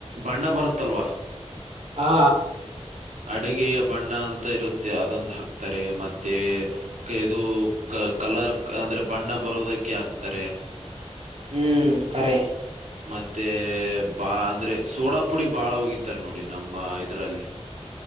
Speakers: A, on the right; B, on the right.
A: ಬಣ್ಣ ಬರುತ್ತಲ್ವಾ.
B: ಹಾ
A: ಅಡುಗೆಯ ಬಣ್ಣ ಅಂತ ಇರತ್ತೆ ಅದೊಂದ ಹಾಕ್ತಾರೆ ಮತ್ತೆ ಕಿದು ಇದು ಕಲರ್ ಅಂದ್ರೆ ಬಣ್ಣ ಬರೋದಕ್ಕೆ ಹಾಕ್ತಾರೆ.
B: ಹ್ಮ್
A: ಹ್ಮ
B: ಕರೆ
A: ಮತ್ತೆ ಬಾ ಅಂದ್ರೆ ಸೋಡಾ ಪುಡಿ ಬಾಳ ಓಗಿ ತರ ನೋಡಿ ನಮ್ಮ ಇದ್ರಲ್ಲಿ